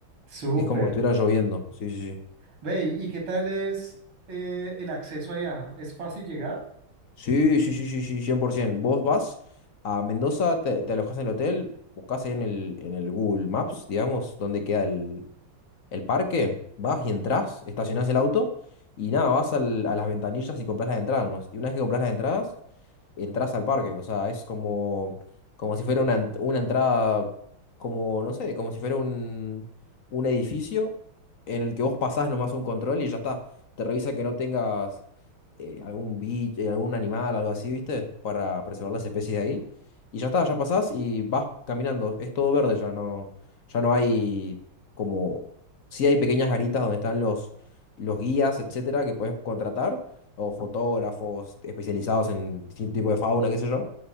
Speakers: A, on the right; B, on the left.
A: Súper.
B: Es como que estuviera lloviendo. Sí, sí, sí.
A: Ve, ¿y y qué tal es eh, el acceso allá? ¿Es fácil llegar?
B: Sí, sí, sí, sí, sí, 100%. Vos vas a Mendoza, te, te alojás en el hotel, buscás ahí en el, en el Google Maps, digamos, dónde queda el parque, vas y entras, estacionás el auto y nada, vas al- a las ventanillas y compras las entradas nomás. Y una vez que compras las entradas, entras al parque. O sea, es como, como si fuera una, ent- una entrada, como, no sé, como si fuera un, un edificio en el que vos pasás nomás un control y ya está. Te revisan que no tengas eh, algún bicho, eh, algún animal, algo así, ¿viste? Para preservar las especies de ahí. Y ya está, ya pasás y vas caminando. Es todo verde ya, no, ya no hay como Sí hay pequeñas garitas donde están los, los guías, etcétera, que puedes contratar, o fotógrafos especializados en distinto tipo de fauna, qué sé yo.